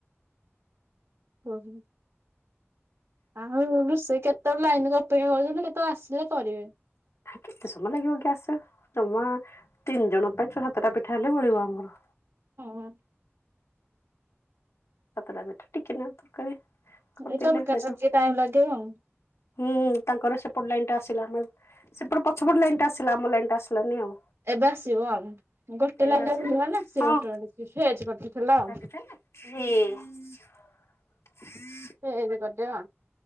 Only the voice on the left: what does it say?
କେତେ ସମୟ ଲାଗିବ ଗ୍ୟାସ ଜମା ତିନି ଜଣ ପାଇଁ ଛ ସାତଟା ପିଠା ହେଲେ ବଳିବ ଆମର।
ସାତଟା ପିଠା ଟିକେ ନାଗୁ ତରକାରି। କରିଦେଲେ
ଖାଇଦଉ
ହୁଁ ତାଙ୍କର ସ ପଟ ଲାଇନ ଟା ଆସିଲା ଆମ ସେପଟ ପଛପଟ ଲାଇନ ଟା ଆସିଲା ।ଆମ ଲାଇନ ଟା ଆସିଲାନି ଆଉ।
ଏଇନା
ଆସିଲା
ହଁ
ସାଙ୍ଗେସାଙ୍ଗେ। ହୁଁ।